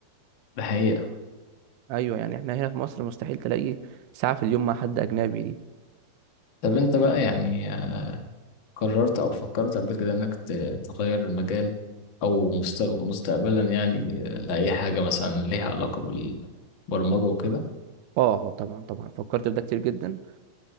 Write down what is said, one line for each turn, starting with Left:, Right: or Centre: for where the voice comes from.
Left: بحقيقة
Right: ايوه يعني احنا هنا في مصر مستحيل تلاقي ساعة في اليوم مع حد اجنبي دي
Left: طب أنت بقى يعني آه، قررت أو فكرت قبل كده إنك ت- تغير المجال أو مستق- مستقبلا يعني آه، لأي حاجة مثلا ليها علاقة بالبرمجة وكده
Right: اه طبعا طبعا فكرت في ده كتير جدا